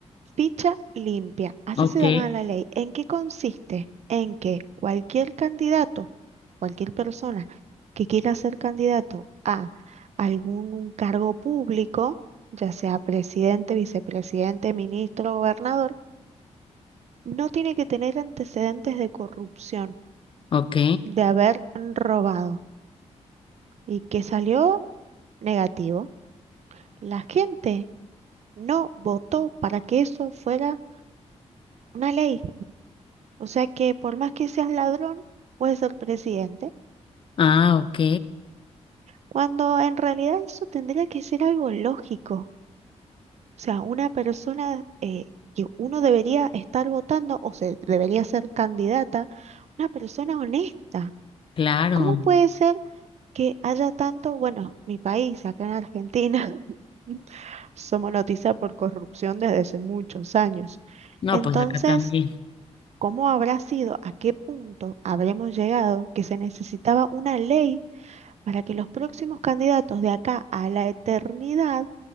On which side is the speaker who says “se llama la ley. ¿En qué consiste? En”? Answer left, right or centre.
Right